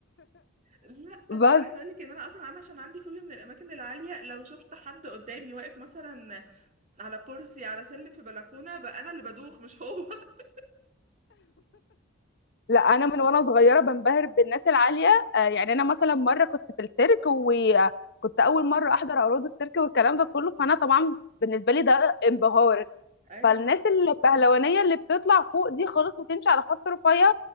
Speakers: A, on the right (about 40°); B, on the left (about 60°).
A: لا ده
B: بس
A: انا عايزه اقول لك ان انا اصلا انا عشان عندي فوبيا من الاماكن العاليه لو شفت حد قدامي واقف مثلا على كرسي على سلم في بلكونه بقى انا اللي بدوخ مش هو <laughs>
B: لا انا من وانا صغيره بنبهر بالناس العاليه آه، يعني انا مثلا مره كنت في السيرك وكنت اول مره احضر عروض السيرك والكلام ده كله فانا طبعا بالنسبه لي ده انبهار
A: ايوه
B: فالناس البهلوانيه اللي بتطلع فوق دي خالص وتمشي على خط رفيع